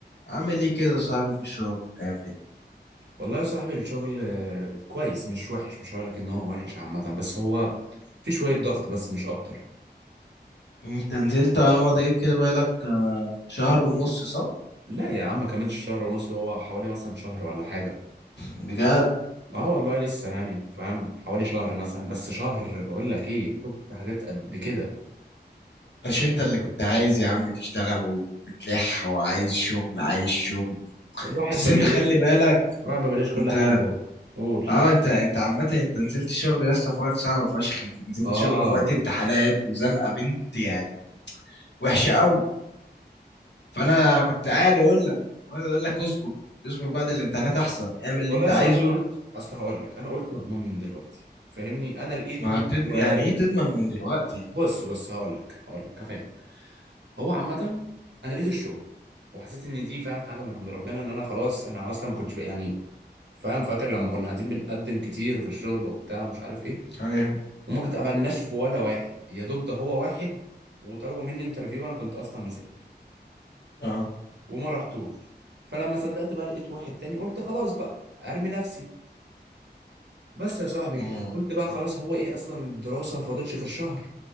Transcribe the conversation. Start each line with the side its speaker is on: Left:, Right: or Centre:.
Left: عامل ايه كده يا صاحبي في الشغل الايام دي
Right: والله يا صاحبي الشغل آه، كويس مش وحش مش هقولك ان هو وحش عامة بس هو في شوية ضغط بس مش اكتر
Left: انت نزلت على ما تجيب كده بقالك آه، شهر ونص صح
Right: لا يا عم ما كملش شهر ونص هو حوالي مثلا شهر ولا حاجة
Left: بجد
Right: اه والله لسه يعني فاهم حوالي شهر مثلا بس شهر بقول لك ايه شوف في حاجات قد كده
Left: مش انت اللي كنت عايز يا عم تشتغل وبتلح وعايز شغل عايز شغل
Right: الواحد
Left: بس
Right: ما
Left: انت
Right: بيلاقيش
Left: خلي بالك
Right: الواحد ما بيلاقيش كل
Left: انت
Right: حاجة برضه قول
Left: اه انت انت عامة انت نزلت شغل يا اسطى في وقت صعب فشخ انت نزلت
Right: اه
Left: شغل في وقت امتحانات وزنقة بنت يعني وحشة قوي فانا كنت قاعد اقول لك قاعد اقول لك اصبر اصبر بعد الامتحانات احسن اعمل اللي
Right: والله
Left: انت
Right: يا
Left: عايزه
Right: صاحبي انا قلت اصل هقول لك انا قلت مضمون من دلوقتي فاهمني انا لقيته
Left: ما هتد...
Right: وبص
Left: يعني ايه تضمن من دلوقتي
Right: بص هقول لك هقول لك هفهمك هو عامة أنا لقيت الشغل وحسيت إن دي فاهم حاجة من عند ربنا إن أنا خلاص أنا أصلا ما كنتش بقى- يعني فاهم فاكر لما كنا قاعدين بنقدم كتير في الشغل وبتاع ومش عارف إيه
Left: ايوه
Right: وما اتقبلناش في ولا واحد يا دوب ده هو واحد وطلبوا مني انترفيو وأنا كنت أصلا مسافر
Left: اه
Right: وما رحتوش فلما صدقت بقى لقيت واحد تاني قلت خلاص بقى أرمي نفسي بس يا صاحبي
Left: مم.
Right: قلت بقى خلاص هو إيه أصلا الدراسة فاضلش غير شهر